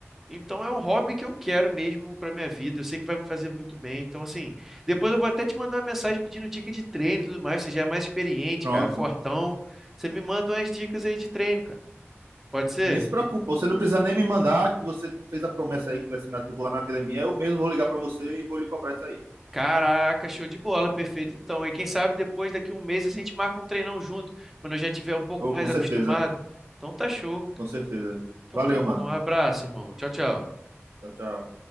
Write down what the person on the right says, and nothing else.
pronto.
Nem se preocupa, você não precisa nem me mandar que você fez a promessa aí que vai se matricular na academia. Eu mesmo vou ligar para você e vou lhe cobrar isso aí.
Oh,
com certeza,
com certeza.
Valeu,
mano.
Tchau, tchau.